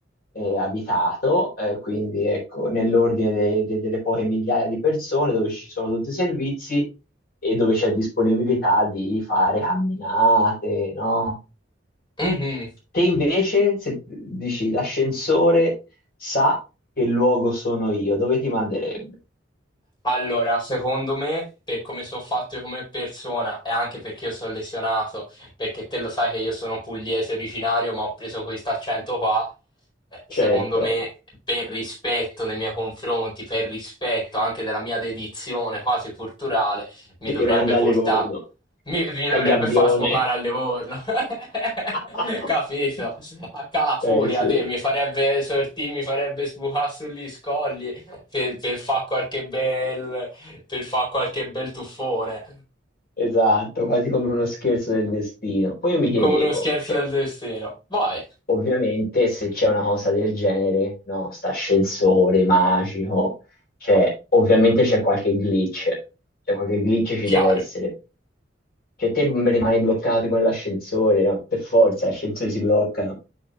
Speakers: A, on the left; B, on the left.
A: eh, abitato, eh, quindi ecco, nell'ordine de- de- delle poche migliaia di persone dove ci sono tutti i servizi e dove c'è disponibilità di fare camminate, no?
B: Mhm.
A: Te invece, se dici l'ascensore sa che luogo sono io, dove ti manderebbe?
B: Allora, secondo me, per come sono fatto io come persona e anche perché io sono lesionato, perché te lo sai che io sono pugliese originario, ma ho preso questo accento qua, eh, secondo
A: Certo.
B: me, per rispetto nei miei confronti, per rispetto anche della mia dedizione quasi culturale, mi
A: Ti
B: dovrebbe
A: rimanda
B: portare,
A: a Livorno,
B: mi, mi dovrebbe
A: ai Gabbione.
B: far sfocare a Livorno. <laughs>
A: <laughs>
B: Capito? A Calafuria,
A: Eh sì,
B: te, mi farebbe sortì, mi farebbe sbucare sugli scogli per, per fare qualche bel, per fa qualche bel tuffone,
A: esatto, quasi come uno scherzo del destino. Poi io mi chiedevo,
B: come uno scherzo
A: cioè,
B: del destino. Vai,
A: ovviamente se c'è una cosa del genere, no, sta ascensore magico, cioè, ovviamente c'è qualche glitch, cioè qualche glitch ci
B: chiaro,
A: deve essere. Cioè, te m- rimani bloccato con l'ascensore, no? Per forza, gli ascensori si bloccano.